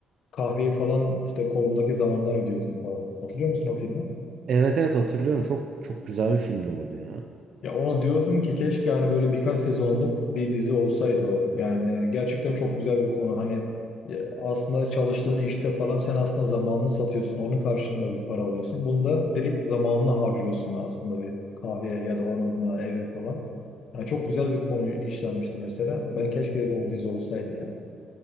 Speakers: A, on the left; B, on the right.
A: kahveyi falan işte kolundaki zamandan ödüyordun falan. Hatırlıyor musun o filmi?
B: Evet evet hatırlıyorum. Çok çok güzel bir filmdi oydu ya.
A: Ya onu diyordum ki keşke hani böyle birkaç sezonluk bir dizi olsaydı o. Yani gerçekten çok güzel bir konu. Hani e, aslında çalıştığın işte falan sen aslında zamanını satıyorsun. Onun karşılığında bir para alıyorsun. Bunda direkt zamanını harcıyorsun aslında bir kahveye ya da ona buna eve falan. Yani çok güzel bir konu işlenmişti mesela. Ben keşke dedim o dizi olsaydı yani.